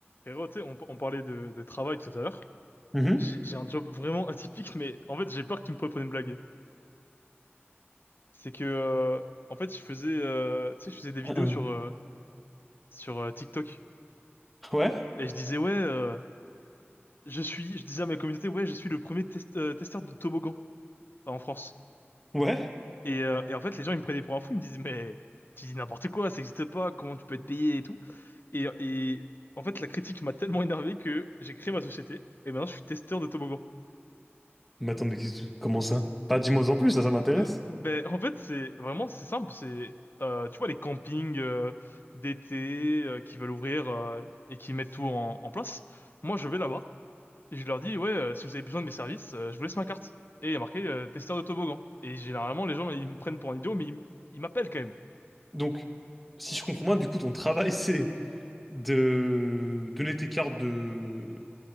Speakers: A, on the left; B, in the centre.
A: Frérot, tu sais, on, on parlait de, de travail tout à l'heure.
B: Mhm.
A: J'ai j'ai un job vraiment atypique, mais en fait, j'ai peur que tu me prépares une blague. C'est que, euh, en fait, je faisais, euh, tu sais, je faisais des vidéos
B: Hein, hein.
A: sur, euh, sur euh, TikTok.
B: Ouais,
A: Et je disais, ouais, euh, je suis, je disais à ma communauté, ouais, je suis le premier test- euh, testeur de toboggan euh, en France.
B: ouais.
A: Et, euh, et en fait, les gens, ils me prenaient pour un fou, ils me disaient, mais tu dis n'importe quoi, ça n'existe pas, comment tu peux être payé et tout. Et, et en fait, la critique m'a tellement énervé que j'ai créé ma société, et maintenant, je suis testeur de toboggan.
B: Mais attends, mais qu'est-ce que- comment ça? Pas dis-moi en plus, ça, ça m'intéresse.
A: Euh, ben, en fait, c'est vraiment c'est simple. C'est euh, tu vois les campings euh, d'été euh, qui veulent ouvrir euh, et qui mettent tout en, en place. Moi, je vais là-bas et je leur dis ouais, euh, si vous avez besoin de mes services, euh, je vous laisse ma carte. Et il y a marqué euh, testeur de toboggan. Et généralement, les gens ils me prennent pour un idiot, mais ils, m- ils m'appellent quand même.
B: Donc, si je comprends bien, du coup, ton travail, <laughs> c'est de donner tes cartes de,